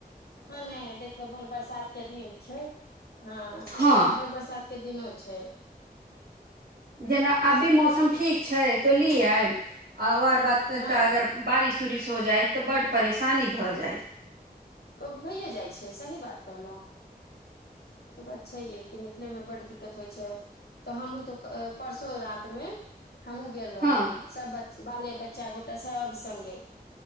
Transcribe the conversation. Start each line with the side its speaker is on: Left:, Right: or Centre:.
Left: ह नै देखियौ बड़ बरसात के दिन छै, हँ आ
Right: हँ
Left: नै बड़ बरसात के दिनो छै।
Right: जेना
Left: तऽ
Right: अभी
Left: से
Right: मौसम
Left: तऽ ठीके
Right: ठीक छै तो लि आएब आ और बाद कनिका
Left: हँ
Right: अगर बारिश - उरिश हो जाइत त बड्ड परेशानी भऽ जाइत।
Left: ओ भइये जाइ छै सही बात कहलहुँ। त बात छइहे कि निकलै मे बड्ड दिक्कत होइ छै आब। त हमहूॅं त परसो रात मे हमहुॅं गेल रहौं।
Right: हँ
Left: सब बच - बाले बच्चा गोटा सब संगे